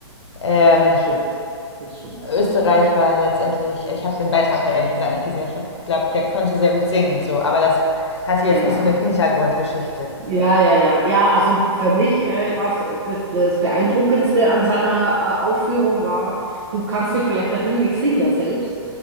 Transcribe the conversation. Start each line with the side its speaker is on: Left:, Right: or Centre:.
Left: Ähm,
Right: Ja, das stimmt. Das stimmt.
Left: Österreich war dann letztendlich, ich habe den Beitrag halt ehrlich gesagt nicht gesehen. Ich glaube, der konnte sehr gut singen, so, aber das hatte jetzt
Right: Genau.
Left: nicht so eine Hintergrundgeschichte.
Right: Ja, ja, ja. Ja, also für mich äh, war das, das Beeindruckendste an seiner äh, Aufführung war, du kannst dich vielleicht erinnern, ich singe ja selbst